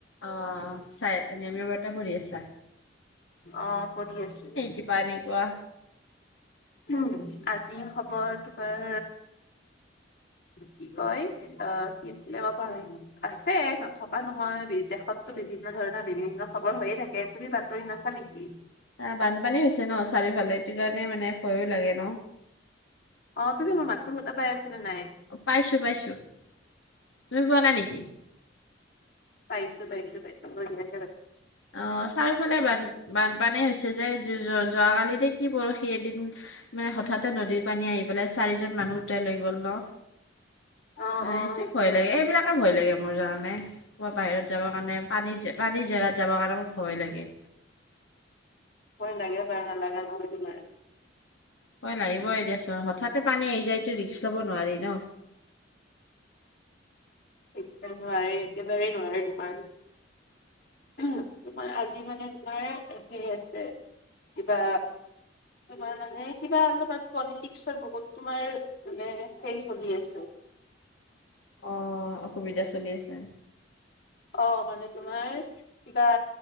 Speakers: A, on the left (about 80°); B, on the left (about 55°).
A: অ' চাই নিয়মীয়াবাৰ্তা পঢ়ি আছাঁ।
B: অ', পঢ়ি আছোঁ।
A: কিবা এনেকুৱা?
B: উম, আজি খবৰ তোমাৰ কি কয়, অ' কি আছিলে অ' পাহৰি গলোঁ আছে নথকা নহয়, বিদেশতো বিভিন্ন ধৰণৰ বিভিন্ন খবৰ হৈয়ে থাকে তুমি বা বাতৰি নাচা নেকি?
A: অ' বানপানী হৈছে ন' চাৰিওফালে এইটো কাৰণে মানে ভয়ো লাগে ন'।
B: অ' তুমি মোৰ মাততো শুনা পাই আছাঁ নাই?
A: পাইছোঁ-পাইছোঁ তুমি পোৱা নাই নেকি?
B: পাইছোঁ-পাইছোঁ-পাইছোঁ বহিয়া
A: অ' চাৰিওফালে বান্ধ বান পানী হৈছে যে যোৱাকালিতে কি পৰহি এদিন মানে হঠাতে নদীৰ পানী আহি পেলাই চাৰিজন মানুহ উটাই লৈ গ'ল ন'।
B: অ
A: মানে
B: অ
A: এইটোৱে
B: সেইটোৱে
A: ভয় লাগে এইবিলাক। ভয় লাগে মোৰ জানানে মই বাহিৰত যাবৰ কাৰণে পানী পানীৰ জেগাত যাবৰ কাৰণে মোৰ ভয় লাগে।
B: হয় লাগে পাৰ, নালাগা নহয়টো ন'
A: হয় লাগিবই দিয়াচোন, হঠাতে পানী আহি যায়টো ৰিক্স ল'ব নোৱাৰি ন'।
B: একদম নোৱাৰে একেবাৰে নোৱাৰে তোমাৰ। উম তোমাৰ আজি মানে তোমাৰ সেই আছে, কিবা তোমাৰ মানে কিবা অলপমান পলিটিক্সৰ বহুত তোমাৰ মানে সেই চলি আছে।
A: অ' অসুবিধা চলি আছে।
B: অ' মানে তোমাৰ কিবা